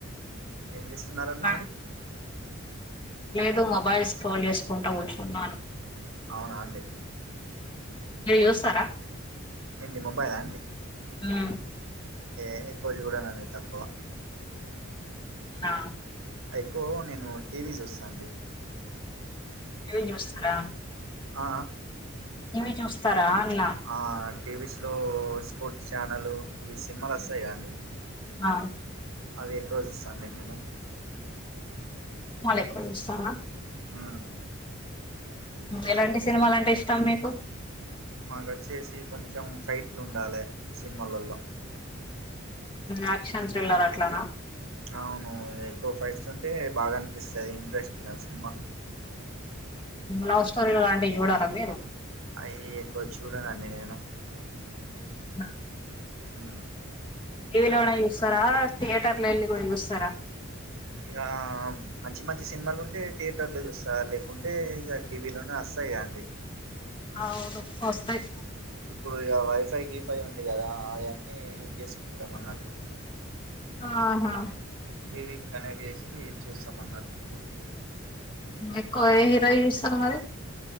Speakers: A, on the right; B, on the left.
A: ఏం చేస్తున్నారు
B: అట్లా
A: అండి మరి.
B: ప్పుడు మొబైల్ స్రోల్ చేసుకుంట కూర్చున్నాను.
A: అవునా అండి.
B: ఇవి చూస్తారా
A: ఏంటి మొబైల్ అండి
B: ఆ
A: ఏ ఎక్కువ చూడనండి తక్కువ
B: నా
A: ఎక్కువ నేను టీవీ చూస్తా అండి
B: టీ చూస్తారా
A: ఆ
B: ఇవి చూస్తారా అన్నా
A: ఆ టీవీస్ లో స్పోర్ట్స్ ఛానలు ఈ సినిమాల్లో
B: హ్మ్
A: వస్తాయి కదా అండి
B: ఆ
A: అవి ఎక్కువ చూస్తా అండి నేను
B: మాల్ ఎక్కువ చూస్తావా
A: ఆ
B: ఎలాంటి సినిమాలంటే ఇష్టం మీకు
A: మాకు వచ్చేసి కొంచెం ఫైట్లు ఉండలే సినిమలలో
B: యాక్షన్ థ్రిల్లర్ అట్లానా
A: అవును ఎక్కువ ఫైట్స్ ఉంటే బాగా అనిపిస్తది ఇంట్రెస్టింగ్ సినిమా
B: లవ్ స్టోరీ లాంటివి చూడారా మీరు
A: అయి ఎక్కువ చూడంనండి నేను
B: అవునా?
A: హ
B: టీవీలోనే చూస్తారా థియేటర్లు వెళ్ళి కూడా చూస్తారా
A: ఇక మంచి మంచి సినిమాలు ఉంటే థియేటర్ లో చూస్తా లేకుంటే ఇక టీవీలోనే వస్తాయి కా అండి
B: అవును వస్తాయి
A: ఇప్పుడు ఇగ వైఫై గీఫై ఉంది కదా అయ్యన్నీ యూజ్ చేసుకుంటాం అన్నట్టు
B: ఆహా
A: టీవీకి కనెక్ట్ చేసి చూస్తాం అన్నట్టు
B: ఎక్కువ ఏ హీరోయి చూస్తారు మరి